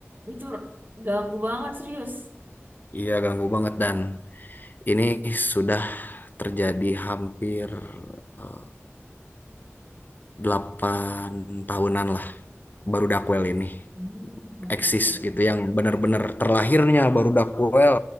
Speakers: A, on the right (about 40°); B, on the left (about 40°).
A: Itu ganggu banget serius.
B: Iya ganggu banget dan ini sudah terjadi hampir eh, 8 tahunan lah baru Dakwel ini
A: Hmm,
B: eksis
A: oke oke oke.
B: gitu yang benar-benar terlahirnya baru Dakwel